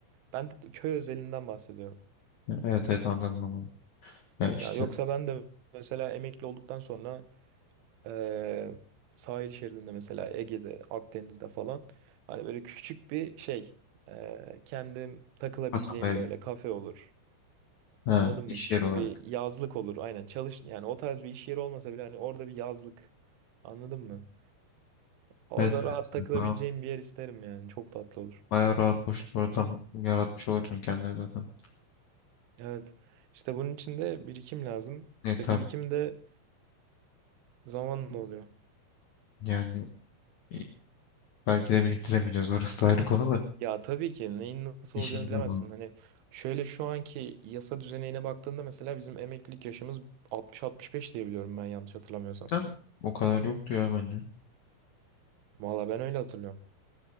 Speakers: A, on the right; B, on the left.
A: Ben de köy özelinden bahsediyorum.
B: Ya, evet evet, anladım onu. Ya işte
A: Ya yoksa ben de mesela emekli olduktan sonra eee, sahil şeridinde mesela Ege'de, Akdeniz'de falan hani böyle küçük bir şey eee, kendim takılabileceğim
B: kasaba evi.
A: böyle kafe olur.
B: Ha,
A: Anladın mı?
B: iş
A: Küçük
B: yeri olarak.
A: bir yazlık olur. Aynen çalış yani o tarz bir iş yeri olmasa bile hani orada bir yazlık. Anladın mı? Orada
B: Evet evet.
A: rahat takılabileceğim
B: Daha
A: bir yer isterim yani. Çok tatlı olur.
B: bayağı rahat boş bir ortam yaratmış olursun kendine zaten.
A: Evet. İşte bunun için de birikim lazım.
B: E
A: İşte
B: tabii
A: birikim de zamanla oluyor.
B: yani i- belki de biriktiremeyeceğiz orası da ayrı konu da.
A: Ya tabii ki neyin nasıl
B: İşimize
A: olacağını bilemezsin.
B: bağlı.
A: Hani şöyle şu anki yasa düzenine baktığında mesela bizim emeklilik yaşımız 60-65 diye biliyorum ben yanlış hatırlamıyorsam.
B: Değil mi? O kadar yoktu ya bence.
A: Valla ben öyle hatırlıyorum.